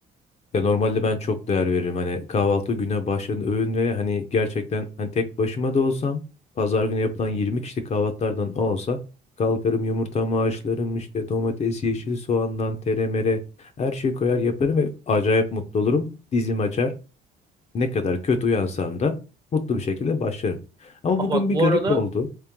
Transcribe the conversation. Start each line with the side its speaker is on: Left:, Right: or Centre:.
Left: Ya normalde ben çok değer veririm. Hani kahvaltı güne başlayan öğün ve hani gerçekten hani tek başıma da olsam pazar günü yapılan 20 kişilik kahvaltılardan o olsa kalkarım yumurtamı haşlarım işte domates, yeşil soğandan teremere her şeyi koyar yaparım ve acayip mutlu olurum. Dizim açar. Ne kadar kötü uyansam da mutlu bir şekilde başlarım. Ama
Right: Ha
Left: bugün
Right: bak
Left: bir
Right: bu
Left: garip
Right: arada
Left: oldu.